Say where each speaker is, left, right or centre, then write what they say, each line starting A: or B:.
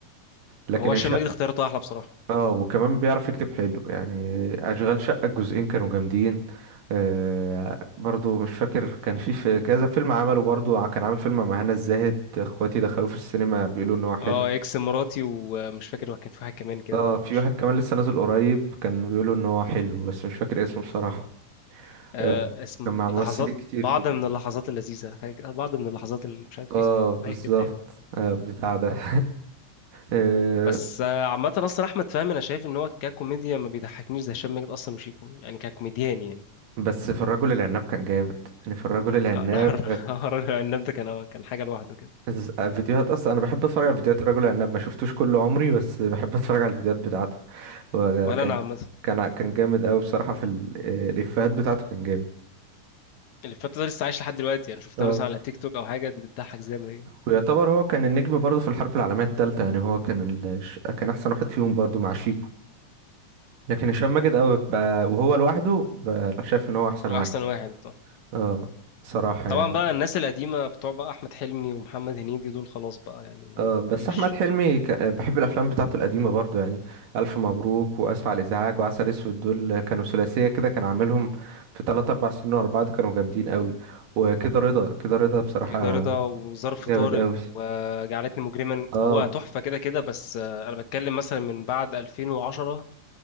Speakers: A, on the right; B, on the left.
A: لكن
B: هو
A: الشقه
B: هشام ماجد اختيارته احلى بصراحه
A: اه وكمان بيعرف يكتب حلو يعني اشغال شقه الجزئين كانوا جامدين آه برضو مش فاكر كان في في كذا فيلم عمله برضو ع- كان عامل فيلم مع هنا الزاهد اخواتي دخلوه في السينما بيقولوا ان هو حلو
B: اه اكس مراتي ومش فاكر هو كان في واحد كمان كده
A: اه في
B: مش
A: واحد
B: فاكر
A: كمان
B: اسمه
A: لسه نازل قريب كان بيقولوا ان هو حلو بس مش فاكر اسمه بصراحه
B: آه
A: آه
B: اسم
A: كان مع
B: لحظات
A: ممثلين كتير
B: بعض
A: كده
B: من اللحظات اللذيذة حاجة كده بعض من اللحظات اللي مش عارف
A: اه
B: ايه <laughs>
A: بالظبط
B: حاجة كده يعني
A: آه بتاع ده <laughs> آه،
B: بس آه عامة أصلا أحمد فهمي أنا شايف إن هو ككوميديا ما بيضحكنيش زي هشام ماجد أصلا وشيكو يعني ككوميديان يعني
A: بس في الرجل العناب كان جامد يعني في الرجل العناب
B: آه، <laughs> الهرج العناب ده كان كان حاجة لوحده كده
A: ز- فيديوهات اصلا انا بحب اتفرج على فيديوهات الرجل العناب ما شفتوش كل عمري بس بحب اتفرج على الفيديوهات بتاعته وكان
B: ولا
A: كان
B: أنا عامة
A: كان كان جامد قوي بصراحة في ال- آه، الافيهات بتاعته كان جامد
B: اللي فاتت ده لسه عايش لحد دلوقتي يعني شفتها
A: اه
B: مثلا على تيك توك أو حاجة دي بتضحك زي ما هي
A: ويعتبر هو كان النجم برضه في الحرب العالمية التالتة يعني هو كان ال... ش- كان احسن واحد فيهم برضه مع شيكو لكن هشام ماجد قوي بقى وهو لوحده بقى شايف ان هو احسن واحد
B: أحسن واحد طبعا
A: اه صراحة
B: طبعا
A: يعني.
B: بقى الناس القديمة بتوع بقى أحمد حلمي ومحمد هنيدي دول خلاص بقى يعني ما
A: آه، بس
B: ما فيش
A: احمد حلمي ك... آه، بحب الافلام بتاعته القديمه برضو يعني الف مبروك واسف على الازعاج وعسل اسود دول كانوا ثلاثيه كده كانوا عاملهم في 3 4 سنين ورا بعض كانوا جامدين قوي وكده رضا كده رضا بصراحه
B: كده رضا وظرف
A: جامد
B: طارق
A: قوي
B: وجعلتني مجرما
A: اه
B: هو تحفة كده كده بس آه، أنا بتكلم مثلا من بعد 2010